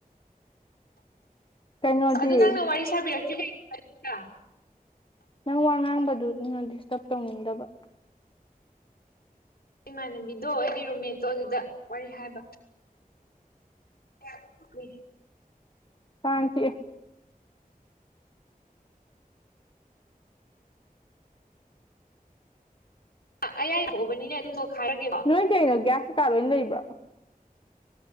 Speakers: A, on the left; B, on the left.
A: ꯀꯩꯅꯣꯗꯤ
B: ꯑꯗꯨ ꯅꯪꯅ ꯋꯥꯔꯤ ꯁꯥꯕꯤꯔꯛ꯭ꯇꯔꯤ <unintelligible>
A: ꯅꯪ ꯋꯥ ꯉꯥꯡꯕꯗꯨꯗ ꯗꯤꯁꯇ꯭ꯔꯕ ꯇꯧꯅꯤꯡꯗꯕ
B: ꯏꯃꯥꯟꯅꯕꯤꯗꯣ ꯑꯩꯒꯤ ꯔꯨꯝꯃꯦꯠꯇꯣ ꯑꯗꯨꯗ ꯋꯥꯔꯤ ꯍꯥꯏꯕ <unintelligible>
A: ꯀꯥꯡ ꯆꯤꯛꯑꯦ
B: ꯑ ꯑꯌꯥꯏꯊꫭꯛ ꯑꯕꯅꯤꯅꯦ ꯑꯗꯨꯝ ꯅꫭꯈꯥꯏꯒꯔꯒꯦꯀꯣ
A: ꯅꯣꯏ ꯀꯩꯅꯣ ꯒ꯭ꯌꯥꯁ ꯀꯩꯀꯥ ꯂꯣꯏ ꯂꯩꯕ꯭ꯔꫭ